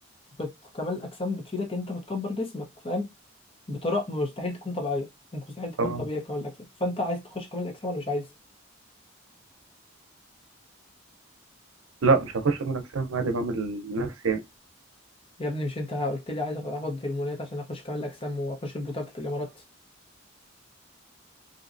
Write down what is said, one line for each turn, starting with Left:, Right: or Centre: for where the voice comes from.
Left: بت... كمال الاجسام بتفيدك انت بتكبر جسمك فاهم بطرق مستحيل تكون طبيعيه انت مستحيل تكون
Right: اه
Left: طبيعي في كمال الاجسام فانت عايز تخش كمال الاجسام ولا مش عايز
Right: لا مش هخش كمال اجسام عادي بعمل لنفسي يعني
Left: يا ابني مش انت قلت لي عايز اخد هرمونات عشان اخش كمال الاجسام واخش البطوله بتاعت الامارات